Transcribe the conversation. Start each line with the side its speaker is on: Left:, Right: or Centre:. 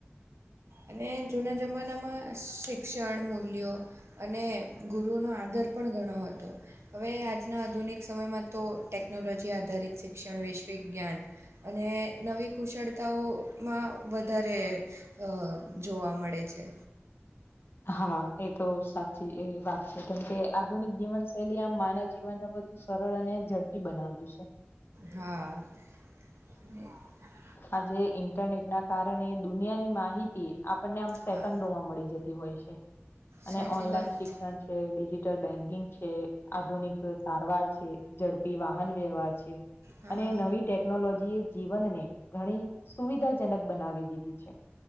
Right: અને જૂના જમાનામાં શિક્ષણ મૂલ્યો અને ગુરુનો આદર પણ ઘણો હતો. હવે આજના આધુનિક સમયમાં તો ટેકનોલોજી આધારિત શિક્ષણ વૈશ્વિક જ્ઞાન અને નવી કુશળતાઓમાં વધારે અ જોવા મળે છે.
Left: હા એ તો સાચી એવી વાત છે કેમકે. આધુનિક જીવનશૈલી આ માનવ જીવનને બધુ સરળ અને ઝડપી બનાવ્યું છે.
Right: હા. હા.
Left: આજે ઈન્ટરનેટના કારણે દુનિયાની માહિતી આપણને આમ સેકન્ડોમાં
Right: હા
Left: મળી જતી તી હોય છે અને
Right: સાચી
Left: ઓનલાઈન
Right: વાત
Left: શિક્ષણ છે, ડિજિટલ બેન્કિંગ છે છે આધુનિક સારવાર છે, ઝડપી વાહન વ્યવહાર છે
Right: હા
Left: અને નવી ટેક જી જીવનને ઘણી સુવિધાજનક બનાવી દીધી છે.